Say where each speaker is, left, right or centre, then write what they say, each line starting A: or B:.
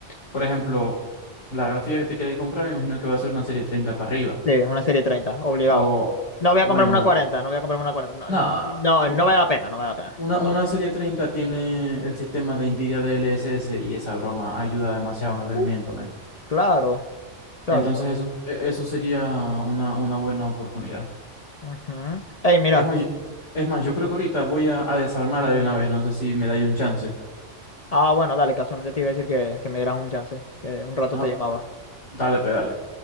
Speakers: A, on the left; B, on the left.
A: por ejemplo, la gráfica que te queréis comprar, me imagino que va a ser una serie 30 para arriba.
B: Sí, una serie 30, obligado.
A: O,
B: No voy
A: eh,
B: a
A: bueno,
B: comprarme una 40, no voy a comprarme una 40.
A: nada,
B: No, no,
A: u-
B: no vale la pena, no vale la pena.
A: una,
B: No-
A: una serie 30 tiene el sistema de NVIDIA DLSS y esa broma ayuda demasiado en el rendimiento,
B: Uh, claro, exacto.
A: Entonces eso, e- eso sería una, una buena oportunidad.
B: Ujú. Ey, mira.
A: Es más, yo- es más, yo creo que ahorita voy a, a desarmarla de una vez, no sé si me dais un chance.
B: Ah, bueno, dale, casualmente te iba a decir que, que me dieras un chance, que un rato
A: Ah,
B: te llamaba.
A: dale, pedale.